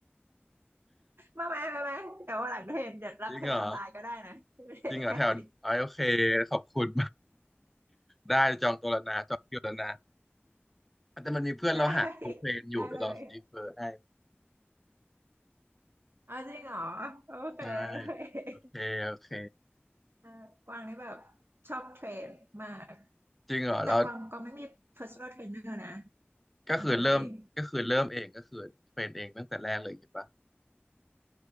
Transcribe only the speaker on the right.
มาไหมมาไหมเดี๋ยววันหลังเทรนเดี๋ยวรับเทรนออนไลน์ก็ได้นะ
<laughs>
ได้ได้ได้เลยเอาจริงเหรอโอเคโอเค
เออกวางนี่แบบชอบเทรนมาก
แต่กวางก็ไม่มี personal trainer นะ
กวางเทรนเอง